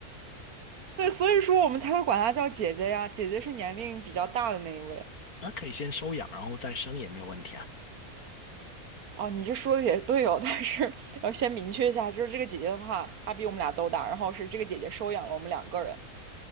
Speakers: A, on the right (about 85°); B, on the left (about 90°).
A: 对，所以说我们才会管她叫姐姐呀，姐姐是年龄比较大的那一位。
B: 那可以先收养，然后再生也没有问题啊。
A: 哦，你这说的也对哦，但是要先明确一下，就是这个姐姐的话，她比我们俩都大，然后是这个姐姐收养了我们两个人，